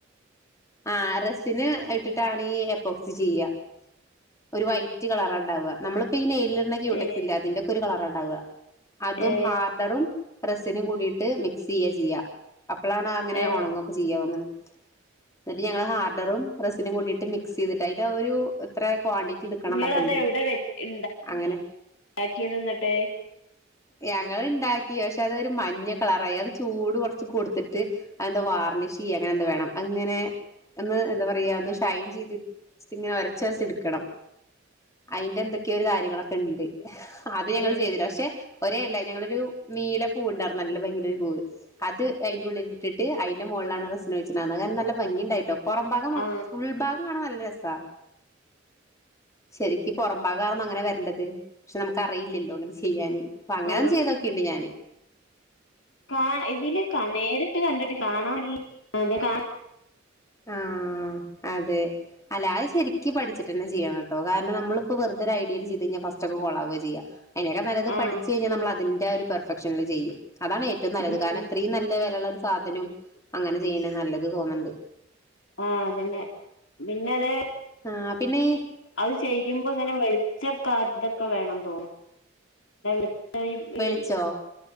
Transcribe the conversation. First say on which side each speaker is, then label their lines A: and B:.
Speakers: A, on the left; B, on the left.
A: ആ റസിന് ഇട്ടിട്ടാണ് ഈ എപ്പോക്സി ചെയ്യുക ഒരു വൈറ്റ് കളറണ്ടാവുക നമ്മളിപ്പോ ക്ൂടെക്
B: ഏ
A: ഇ അതിന്റെ ഒരു കളറാണ് അവ അതും
B: ഏ
A: ഹാർഡറും റെസിനും കൂടിട്ട് മിക്സ് ചെയ്യാ ചെയ്യ അപ്പോളാണ് അങ്ങനെ
B: ഏ
A: ഉണങ്ങൊക്കെ ചെയ്യാവുന്നുന്നത് എന്നിട്ട് ഞങ്ങള് ഹാർഡറും സിനും കൂട്ടട്ട് മിക്സ് ചെയ്തിട്ട് അതിന്റെ ഒരു എത്ര ക്വാണ്ടിറ്റി എടുക്കണം
B: നിങ്ങ
A: എന്നൊക്കെ
B: അത്
A: ഉണ്ട്
B: എവിടെ വണ്ട
A: അങ്ങനെ
B: ഉണ്ടാക്കിയത് എന്നിട്ട്
A: ഞങ്ങൾ ഇണ്ടാക്കി പക്ഷെ അതൊ ഒരു മഞ്ഞ കളറായി അത് ചൂട് കുറച്ച് കൊടുത്തിട്ട് അതെന്താ വാർണിഷ് ചെയ്യ അങ്ങനെ എന്താ വേണം അങ്ങനെ ഒന്ന് എന്താ പറയാ ഒന്ന് ഷൈൻ ചെയ്തിട്ട് ഇങ്ങനെ ഒരച്ചരച്ച എടുക്കണം അതിന്റെ എന്തൊക്കെയൊ ഒരു കാര്യങ്ങളൊക്കെ ഉണ്ട് അത്
B: ഉം
A: ഞങ്ങൾ ചെയ്തിരാ പക്ഷെ ഒരേ അല്ല ഞങ്ങളൊരു നീലൂ ഉണ്ടായിരുന്നു നല്ല ഭംഗിയ ഒരു പൂവ അത് അതിന്റെറെ ഉള്ളില ഇട്ടിട്ട് അതിന്റെ മുകളിലാണ് റസന് വെിച്ചിട്ടണ്ടുന്നത് കാരണം നല്ല ഭംഗി ഉണ്ടായിട്ടോ പുറം ഭാഗം
B: ആ
A: ഉൾഭാഗം കാണ നല്ല രസാ ശരിക്ക പുറമ്പാകറന്ന അങ്ങനെ വരേണ്ടത് പക്ഷെ നമുക്ക് അറിയില്ലല്ലോ അങ്ങനെ ചെയ്യാന് അപ്പൊ അങ്ങനെ
B: ആ
A: ചെയ്തൊക്കെയുണ്ട് ഞാാന്
B: കാ ഇതില് നേരിട്ട് കണ്ടിട്ട് കാണാം അ അതെ കാ
A: ആഹ അതെ അല്ലാതെ ശെരിക്കക്ക് പഠിച്ചിട്ട് തന്നെ ചെയ്യണം കേട്ടോ കാരണം നമ്മളിപ്പോ വെറുതെരു ഐഡിയൽ ചെയ്ത് കഴിഞ്ഞാൽ ഫസ്റ്റ് ഒക്കെ കൊളാവുക ചെയ്യ അതിനെയക്കെ നല്ലത്
B: ആ
A: പഠിച്ചച്ച് കഴിഞ്ഞാ നമ്മള അതിന്റെ ഒരു ഫക്ഷനിൽ ചെയ്യും അതാണ് ഏറ്റവും നല്ലത്
B: ഉം
A: കാരണം അത്രയും നല്ല വിലയുള്ള ഒരു സാധനം അങ്ങനെ ജ്യനൻ നല്ലത് തോന്നുന്നുണ്ട്
B: ആഹതന്നെ പിന്നെത്
A: ആഹ് പിന്നെ
B: അത് ചെയ്യുമ്പോ ഇങ്ങനെ ഉച്ചക്കെ ഇതൊക്കെ വേണം തോന്നും ഇ ആ
A: വിളിച്ചോ
B: ഇ